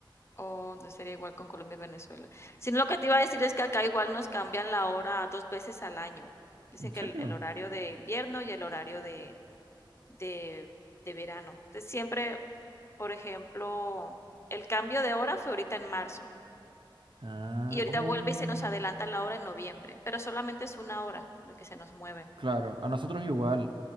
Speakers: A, on the left; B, on the right.
A: Oh, entonces sería igual con Colombia y Venezuela. Sino lo que te iba a decir es que acá igual nos cambian la hora dos veces al año. Dicen
B: ¿En serio?
A: que el, el horario de invierno y el horario de, de, de verano. Entonces siempre, por ejemplo, el cambio de hora fue ahorita en marzo
B: Ah,
A: y ahorita
B: oh,
A: vuelve y se nos adelanta la hora en noviembre, pero solamente es una hora lo que se nos mueve.
B: claro, a nosotros igual,